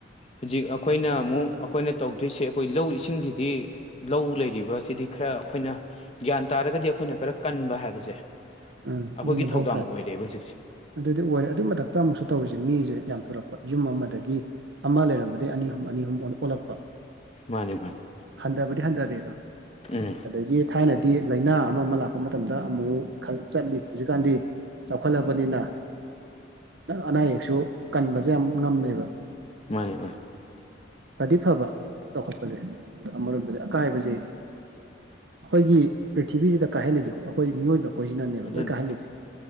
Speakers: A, on the left; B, on the right.
A: ꯍꯧꯖꯤꯛ ꯑꯩꯈꯣꯏꯅ ꯑꯃꯨꯛ ꯑꯩꯈꯣꯏꯅ ꯇꯧꯗꯣꯏꯁꯦ ꯑꯩꯈꯣꯏ ꯂꯧ ꯏꯁꯤꯡꯁꯤꯗꯤ ꯂꯧ ꯂꯩꯔꯤꯕ ꯑꯁꯤꯗꯤ ꯈꯔ ꯑꯩꯈꯣꯏꯅ ꯒ꯭ꯌꯥꯟ ꯇꯥꯔꯒꯗꯤ ꯑꯩꯈꯣꯏꯅ ꯈꯔ ꯀꯟꯕ ꯍꯥꯏꯕꯁꯦ ꯑꯩꯈꯣꯏꯒꯤ
B: ꯎꯝ ꯑꯗꯨꯝ ꯃꯊꯧ
A: ꯊꯧꯗꯥꯡ
B: ꯇꯥꯏ
A: ꯑꯣꯏꯔꯦꯕ ꯍꯧꯖꯤꯛꯁꯦ
B: ꯑꯗꯨꯗꯤ ꯑꯣꯏꯔꯦ ꯑꯗꯨꯏ ꯃꯊꯛꯇ ꯑꯃꯨꯛꯁꯨ ꯇꯧꯔꯤꯁꯦ ꯃꯤꯁꯦ ꯌꯥꯝ ꯊꯣꯔꯛꯄ ꯌꯨꯝ ꯑꯃꯗꯒꯤ ꯑꯃ ꯂꯩꯔꯝꯕꯗꯒꯤ ꯑꯅꯤ ꯑꯍꯨꯝ ꯑꯅꯤ ꯑꯍꯨꯝ ꯑꯣꯜꯂꯛꯄ
A: ꯃꯥꯅꯦ ꯃꯥꯅꯦ
B: ꯍꯟꯊꯕꯗꯤ ꯍꯟꯊꯗꯦꯗꯣ
A: ꯎꯝ
B: ꯑꯗꯒꯤ ꯊꯥꯏꯅꯗꯤ ꯂꯥꯏꯅꯥ ꯑꯃ ꯑꯃ ꯂꯥꯛꯄ ꯃꯇꯝꯗ ꯑꯃꯨꯛ ꯈꯔ ꯆꯠꯂꯤ ꯍꯧꯖꯤꯛꯀꯥꯟꯗꯤ ꯆꯥꯎꯈꯠꯂꯕꯅꯤꯅ ꯑꯅꯥ ꯑꯌꯦꯛꯁꯨ ꯀꯟꯕꯁꯦ ꯌꯥꯝ ꯉꯝꯃꯦꯕ
A: ꯃꯥ ꯃꯥ
B: ꯈꯔꯗꯤ ꯐꯕ ꯆꯥꯎꯈꯠꯄꯁꯦ ꯑꯣ ꯑꯃꯔꯣꯝꯗꯗꯤ ꯑꯀꯥꯏꯕꯁꯦ ꯑꯩꯈꯣꯏꯒꯤ ꯄ꯭ꯔꯤꯊꯤꯕꯤꯁꯤꯗ ꯀꯥꯏꯍꯜꯂꯤꯁꯦ ꯑꯩꯈꯣꯏ ꯃꯤꯑꯣꯏꯕ ꯑꯩꯈꯣꯏꯁꯤꯅꯅꯦꯕ
A: ꯑꯗꯨꯅꯤ
B: ꯂꯣꯏ ꯀꯥꯏꯍꯜꯜꯂꯤꯁꯦ